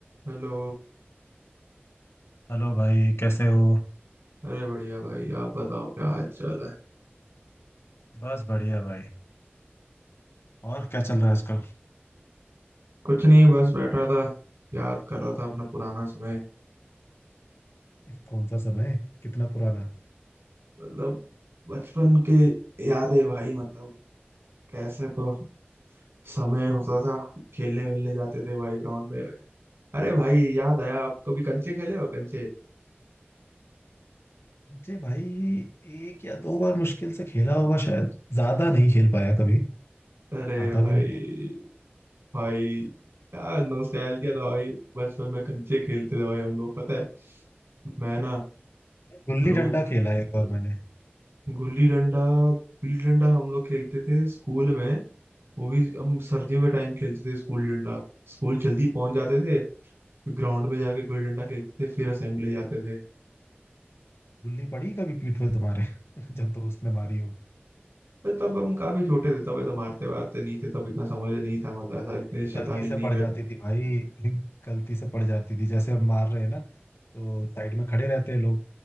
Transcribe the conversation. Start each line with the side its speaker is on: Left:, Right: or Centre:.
Right: Hello
Left: Hello भाई कैसे हो
Right: अरे बढ़िया भाई आप बताओ क्या हाल चाल है
Left: बस बढ़िया भाई और क्या चल रहा है आजकल
Right: कुछ नहीं बस बैठा था याद कर रहा था अपना पुराना समय
Left: कौन सा समय कितना पुराना
Right: मतलब बचपन के यादें भाई मतलब कैसे तो समय होता था खेलने मिलने जाते थे भाई ग्राउंड में अरे भाई याद आया आप कभी कंचे खेले हो कंचे
Left: मुझे भाई एक या दो बार मुश्किल से खेला होगा शायद ज्यादा नहीं खेल पाया कभी
Right: अरे
Left: आता
Right: भाई
Left: भी नहीं था
Right: भाई क्या नॉस्टैल्जिया था भाई बचपन में कंचे खेलते थे भाई हम लोग पता है मैं ना
Left: गुल्ली
Right: रोज
Left: डंडा खेला है एक बार मैंने
Right: गुल्ली डंडा गुल्ली डंडा हम लोग खेलते थे स्कूल में वो भी हम सर्दियों के टाइम खेलते थे स्कूल डंडा स्कूल जल्दी पहुंच जाते थे फिर ग्राउंड में जाके गुल्ली डंडा खेलते थे फिर असेंबली जाते थे
Left: गुल्ली पड़ी कभी पीठ पे तुम्हारे <laughs> जब दोस्त ने मारी हो
Right: तो तब हम काफी छोटे थे तब ऐसा मारते वारते नहीं थे तब इतना समझ नहीं था मतलब ऐसा इतने
Left: नहीं नहीं
Right: शैतानी
Left: गलती से
Right: नहीं
Left: पड़
Right: करते
Left: जाती थी भाई गलती से पड़ जाती थी जैसे हम मार रहे हैं ना तो साइड में खड़े रहते हैं लोग